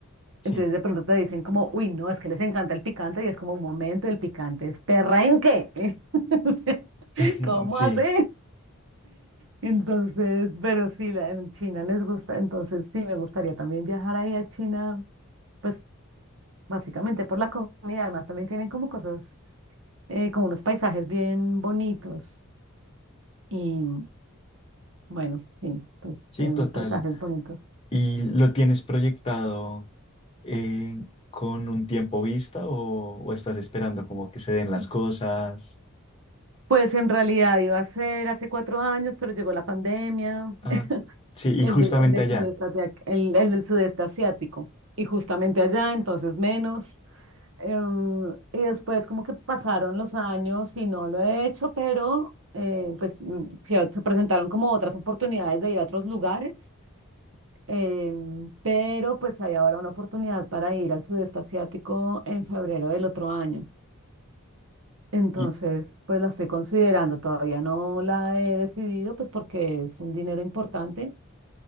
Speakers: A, on the left (about 25°); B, on the right (about 65°).
A: Sí,
B: Entonces de pronto te dicen como, uy, no, es que les encanta el picante y es como un momento, el picante es perrenque. <laughs> O sea,
A: <laughs>
B: ¿Cómo
A: sí,
B: así? Entonces, pero sí, la, en China les gusta, entonces sí, me gustaría también viajar ahí a China, pues básicamente por la comida, además también tienen como cosas, eh, como unos paisajes bien bonitos. Y, Bueno, sí, pues
A: sí,
B: tiene
A: total.
B: unos paisajes bonitos.
A: ¿Y lo tienes proyectado eh, con un tiempo vista o, o estás esperando como que se den las
B: Mm.
A: cosas?
B: Pues en realidad iba a ser hace cuatro años, pero llegó la pandemia,
A: Ah, sí, y
B: El,
A: justamente
B: de- el del
A: allá.
B: sudeste, asiático- el, el del sudeste asiático. y justamente allá, entonces menos. Em, y después como que pasaron los años y no lo he hecho, pero eh, pues mm, fui a- se presentaron como otras oportunidades de ir a otros lugares. em, pero pues hay ahora una oportunidad para ir al sudeste asiático en febrero del otro año. Entonces,
A: Y,
B: pues la estoy considerando, todavía no la he decidido, pues porque es un dinero importante,